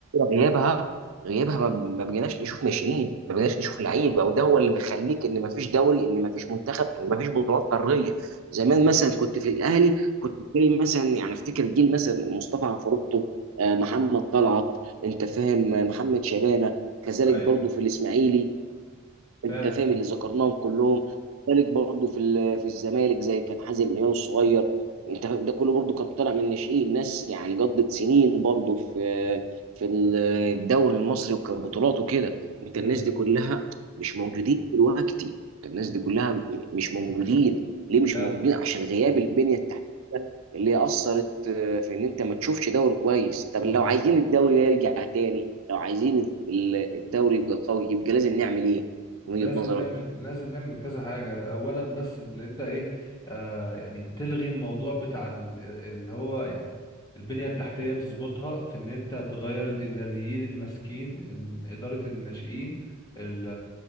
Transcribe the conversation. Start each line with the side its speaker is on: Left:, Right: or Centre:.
Right: غيابها غيابها ما ما بقيناش نشوف ناشئين ما بقيناش نشوف لعيبه وده هو اللي مخليك ان ما فيش دوري ان ما فيش منتخب ان ما فيش بطولات قاريه زمان
Left: امم
Right: مثلا كنت في الاهلي كنت بتلاقي مثلا يعني افتكر جيل مثلا مصطفى عفروتو آه، محمد طلعت انت فاهم آه، محمد شبانه كذلك
Left: ايوه
Right: برضه في الاسماعيلي
Left: فعلا
Right: انت فاهم اللي ذكرناهم كلهم ذلك برضه في ال- في الزمالك زي كان حازم امام الصغير انت فاهم؟ ده كله برضه كان طالع من الناشئين ناس يعني قضت سنين برضه في في الدوري المصري وكبطولات وكده انت
Left: امم
Right: الناس دي كلها مش موجودين دلوقتي انت الناس دي كلها م- مش موجودين ليه مش
Left: فعلا
Right: موجودين عشان غياب البنية التحتية اللي اثرت آه، في ان انت ما تشوفش دوري كويس طب
Left: امم
Right: لو عايزين الدوري ده يرجع تاني لو عايزين ال- الدوري يبقى قوي يبقى لازم نعمل ايه وجهة
Left: لازم
Right: نظرك
Left: نعمل لازم نعمل كذا حاجة اولا بس اللي انت ايه آه يعني تلغي الموضوع بتاع ال- اللي هو يعني البنية التحتية تظبطها في ان انت تغير الاداريين اللي ماسكين ال- ادارة الناشئين ال-